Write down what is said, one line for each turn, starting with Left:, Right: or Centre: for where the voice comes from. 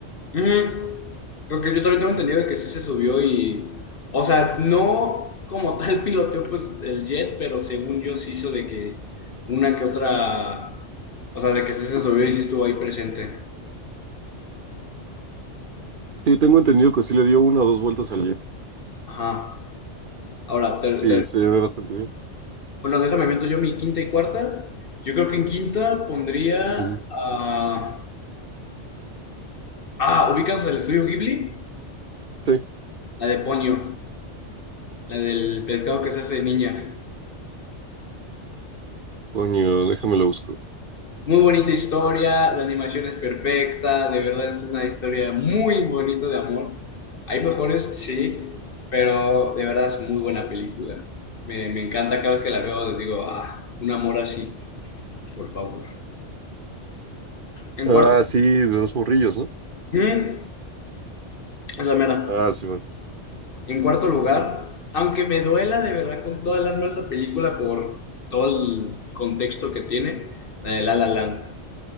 Left: Ujú. Creo que yo también tengo entendido de que sí se subió y, o sea, no como tal <laughs> piloteó pues el jet, pero según yo sí hizo de que una que otra, o sea, de que sí se subió y sí estuvo ahí presente.
Right: Sí, tengo entendido que sí le dio una o dos vueltas al jet.
Left: Ajá. Ahora, te-
Right: Sí,
Left: te-
Right: se ve bastante bien.
Left: bueno, déjame meto yo mi quinta y cuarta. Yo creo que en quinta pondría
Right: Ujú.
Left: a... Ah, ¿ubicas el estudio Ghibli?
Right: Sí.
Left: La de Ponyo, la del pescado que se hace de niña.
Right: Coño, déjame lo busco.
Left: Muy bonita historia, la animación es perfecta, de verdad es una historia muy bonita de amor. Hay mejores, sí, pero de verdad es muy buena película. Me, me encanta cada vez que la veo, digo, ah, un amor así, por favor. En
Right: Ah,
Left: cuarto,
Right: sí, de dos morrillos, ¿no?
Left: Mm, esa mera.
Right: Ah, sí, bueno.
Left: En cuarto lugar, aunque me duela de verdad con toda el alma esa película por todo el contexto que tiene, la de La La Land.